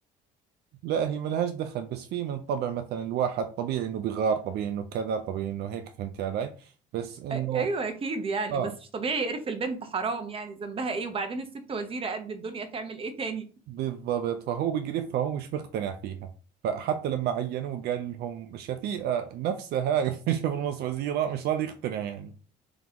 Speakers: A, on the right; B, on the right.
A: <laughs> لا هي ملهاش دخل بس في من طبع مثلا الواحد طبيعي انه بغار طبيعي انه كذا طبيعي انه هيك فهمت علي بس انه
B: أ- ايوه اكيد يعني
A: اه
B: بس مش طبيعي يقرف البنت حرام يعني ذنبها ايه وبعدين الست وزيرة قد الدنيا تعمل ايه تاني
A: بالضبط فهو بقرفها هو مش مقتنع فيها فحتى لما عينوه قال لهم شفيقة نفسها هاي <laughs> مش من نص وزيرة مش راضي يقتنع يعني